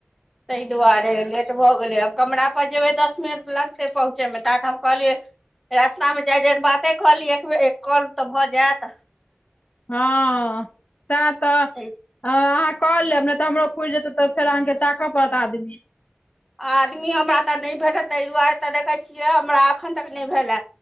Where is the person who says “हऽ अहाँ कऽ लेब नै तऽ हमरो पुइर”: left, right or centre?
Left